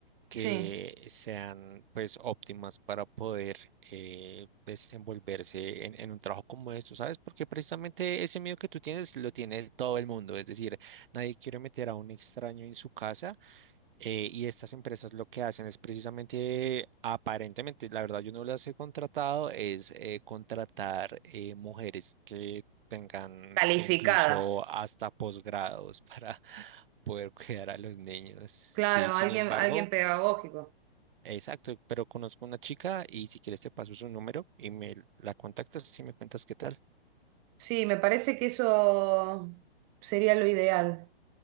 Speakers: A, on the right; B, on the right.
A: que
B: Sí,
A: sean pues óptimas para poder eh, desenvolverse en, en un trabajo como esto, ¿sabes? Porque precisamente ese miedo que tú tienes lo tiene todo el mundo, es decir, nadie quiere meter a un extraño en su casa Eh, y estas empresas lo que hacen es precisamente, aparentemente, la verdad yo no las he contratado, es eh, contratar eh, mujeres que tengan
B: calificadas.
A: incluso hasta posgrados para <laughs> poder cuidar a los niños.
B: Claro,
A: Sí, sin
B: alguien,
A: embargo,
B: alguien pedagógico.
A: exacto, pero conozco una chica y si quieres te paso su número y me la contactas y me cuentas qué tal.
B: Sí, me parece que eso sería lo ideal,